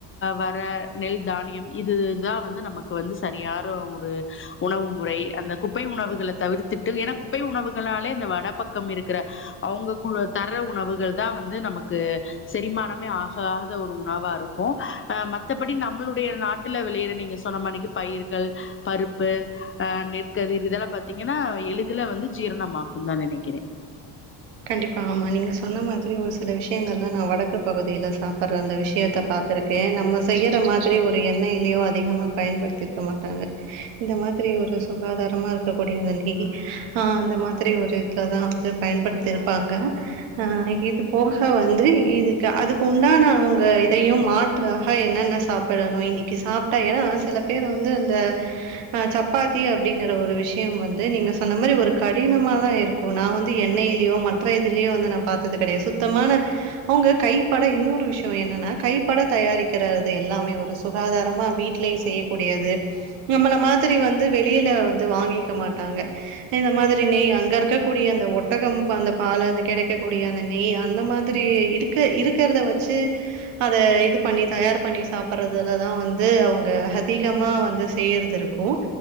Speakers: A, on the left (about 30°); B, on the right (about 85°).
A: வர நெல் தானியம் இதுதா வந்து நம க்கு வந்து சரியாரு ஒரு உணவு முறை அந்த குப்பை உணவுகள தவிர்த்துட்டு ஏனா குப்பை உணவுகளாலே இந்த வட பக் கம் இருக்ற அவுங்க கு தர உணவுகள் தா வந்து நமக்கு செரிமானமே ஆ காத ஒரு உணவாருக்கு ஆ மத்தபடி நம்மளுடைய நாட்ல வெளைற நீங்க சொன்ன மானிக்கி பயிர்கள் பருப்பு ஆ நெற்கதிர் இதெல்லா பாத்தீங்கன்னா எளிதுல வந்து ஜீரணமா குதா நெனைக்கிறே
B: கண்டிப்பா ஆமா நீங்க சொன்ன மாத்ரி ஒரு சில விஷ்யங்கள்லா நா வடக்கு பகுதில சாப்புற அந்த விஷ்யத்த பாத்துருக்கே நம்ம செய்யற மாத்ரி ஒரு எண்ணெய்லியோ அதிகமா பயன்படுத்திருக்க மாட்டாங்க இந்த மாத்ரி ஒரு சுகாதாரமா இருக்கக்கூடிய அந்த நெய் ஆ அந்த மாத்ரி ஒரு இதுலதா வந்து பயன்படுத்திருப்பாங்க ஆ இது போக வந்து இதுக்கு அதுக்கு உண்டான அவங்க இதயு மா ற்றாக என்னென்ன சாப்பிடணு இன்னக்கி சாப்ட்டா ஏன்னா சில பேர் வந்து இந்த ஆ சப்பாத்தி அப்டிங்ற ஒரு விஷ்யம் வந்து நீங்க சொன்ன மாரி ஒரு கடினமா தா இருக்கு நா வந்து எண்ணெய் லியோ மற்ற இதுலியோ வந்து நா பாத்தது கெடயாது சுத்தமான அவுங்க கைப்பட இன்னொரு விஷ்யோ என்னன்னா கைப்பட தயாரிக்கறது எல்லாமே ஒரு சுகாதாரமா வீட்லயே செய்யக்கூடியது நம்மள மாதிரி வந்து வெளில வந்து வாங்கிக்க மாட்டாங்க இந்த மாதிரி நெய் அங்க இருக்க கூடிய அந்த ஒட்டகம் வந்த பால அந்த கெடைக்கக்கூடிய அந்த நெய் அந்த மாதிரி இருக்க இருக்றத வச்சு அத இது பண்ணி தயார் பண்ணி சாப்பறதுதததா வந்து அவுங்க ஹதிகமா வந்து செய்யறதுரு க்கு